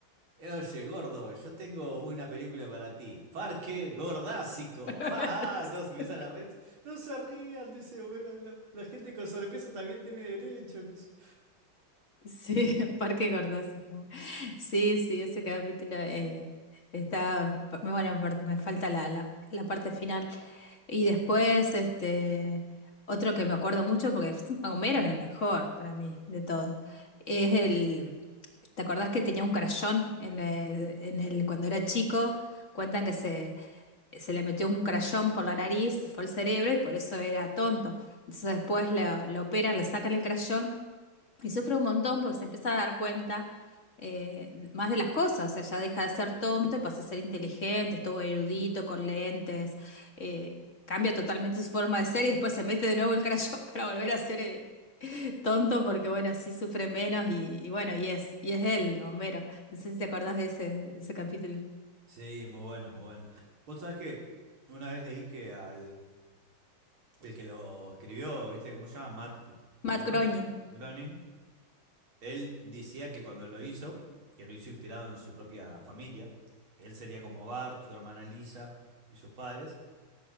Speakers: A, on the right (about 85°); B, on the left (about 40°).
A: Oye, gordo, yo tengo una película para ti. Parque Gordásico.
B: <laughs>
A: ¡Ja, ja! Entonces empiezan a reír. No se rían, dice, bueno, la, la gente con sobrepeso también tiene derecho. qué sé yo.
B: Sí, <laughs> Parque Gordóxico. Sí, sí, ese capítulo eh, está, me- bueno, per- me falta la, la, la parte final. Y después, este, otro que me acuerdo mucho, porque es- Homero es el mejor para mí de todos, es el, ¿te acordás que tenía un crayón en el, en el, cuando era chico? Cuentan que se, se le metió un crayón por la nariz, fue el cerebro y por eso era tonto. Entonces después lo, lo operan, le sacan el crayón y sufre un montón porque se empieza a dar cuenta eh, más de las cosas, o sea, ya deja de ser tonto y pasa a ser inteligente, estuvo erudito, con lentes, eh, cambia totalmente su forma de ser y después se mete de nuevo el crayón <laughs> para volver a ser eh, tonto porque, bueno, así sufre menos y, y bueno, y es, y es él, Homero. No sé si te acordás de ese, de ese capítulo.
A: Sí, muy bueno, muy bueno. Vos sabés que una vez leí que al el que lo escribió, ¿viste cómo se llama? Matt
B: Matt
A: Gron-
B: Groening.
A: Groening. Él decía que cuando lo hizo, que lo hizo inspirado en su propia familia, él sería como Bart, su hermana Lisa y sus padres.